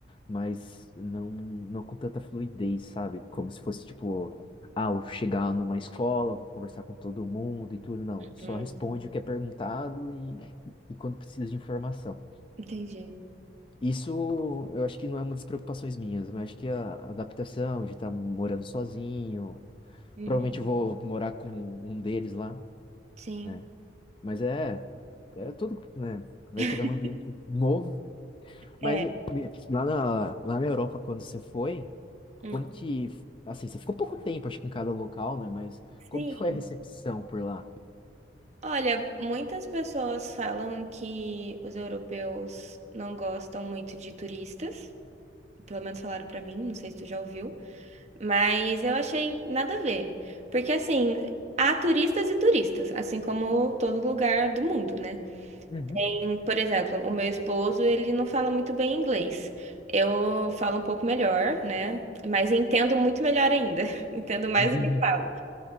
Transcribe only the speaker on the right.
hum,
entendi.
Uhum.
Sim.
<laughs>
É.
Hum.
Sim.
Olha, muitas pessoas falam que os europeus não gostam muito de turistas. Pelo menos falaram pra mim, não sei se tu já ouviu. Mas eu achei nada a ver. Porque, assim, há turistas e turistas, assim como todo lugar do mundo, né?
Tem, por exemplo, o meu esposo, ele não fala muito bem inglês. Eu falo um pouco melhor, né? Mas entendo muito melhor ainda. <laughs> Entendo mais
do que falo.